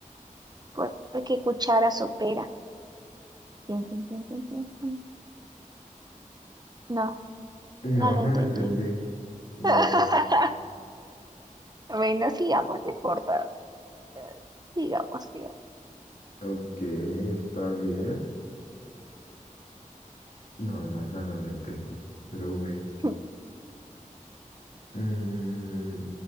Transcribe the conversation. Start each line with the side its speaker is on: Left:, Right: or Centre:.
Right: ¿Por qué cuchara sopera? Tin, tin, tin, tin, tin, tin. No,
Left: No,
Right: no lo
Left: no
Right: entendí.
Left: lo entendí. No.
Right: <laughs> Bueno, sigamos, no importa. Eh, Sigamos, sigamos.
Left: Ok, está bien. No, la verdad no lo entendí. Pero bueno.
Right: <laughs>
Left: Mm,